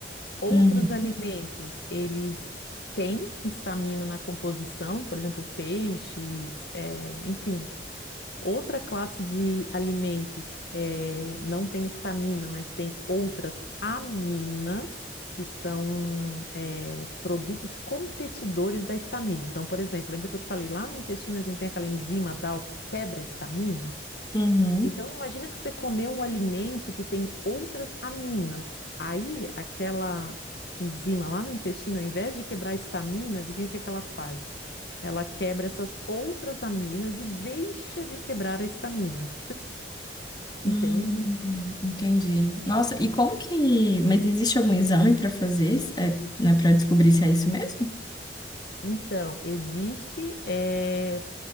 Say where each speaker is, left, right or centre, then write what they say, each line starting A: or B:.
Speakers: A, on the left (about 65°); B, on the left (about 25°).
A: Outros
B: uhum,
A: alimentos, eles têm estamina na composição, por exemplo, peixes, eh, enfim. Outra classe de alimentos eh, não tem estamina, mas tem outras aminas, que são eh, produtos competidores da estamina. Então, por exemplo, lembra que eu te falei, lá no intestino a gente tem aquela enzima DAL que quebra a estamina?
B: uhum.
A: Então, imagina que você comeu um alimento que tem outras aminas. Aí, aquela enzima lá no intestino, ao invés de quebrar a histamina, adivinha o que que ela faz? Ela quebra essas outras aminas e deixa de quebrar a histamina,
B: Hum,
A: entende?
B: entendi. Nossa, e como que. Mas existe algum exame para fazer, é, né, para descobrir se é isso mesmo?
A: Então, existe eh,